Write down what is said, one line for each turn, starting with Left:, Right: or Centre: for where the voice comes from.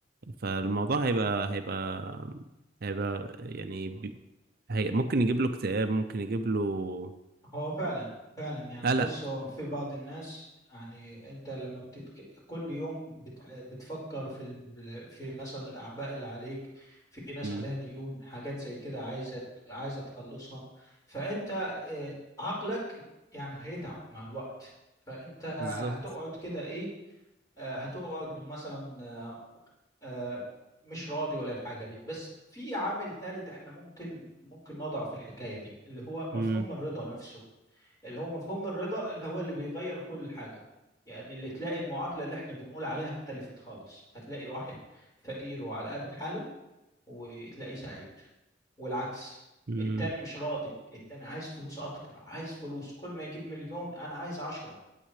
Right: فالموضوع هيبقى هيبقى هيبقى يعني بي- هي ممكن يجيب له اكتئاب ممكن يجيب له
Left: هو فعلا فعلا يعني
Right: قلق
Left: بص هو في بعض الناس يعني انت لما بتتك... كل يوم بت... بتفكر في ال... في مثلا الاعباء اللي عليك في ناس
Right: مم.
Left: عليها ديون حاجات زي كده عايزه عايزه تخلصها فانت آه، عقلك يعني هيتعب مع الوقت فانت
Right: بالظبط
Left: هتقعد كده ايه آه، هتقعد مثلا آه، مش راضي ولا الحاجة دي بس في عامل ثالث احنا ممكن ممكن نضعه في الحكاية دي اللي هو مفهوم
Right: مم.
Left: الرضا نفسه اللي هو مفهوم الرضا اللي هو اللي بيغير كل حاجة يعني اللي تلاقي المعادلة اللي احنا بنقول عليها اختلفت خالص هتلاقي واحد فقير وعلى قد حاله وتلاقيه سعيد والعكس
Right: مم.
Left: التاني مش راضي التاني عايز فلوس اكتر عايز فلوس كل ما يجيب مليون انا عايز عشرة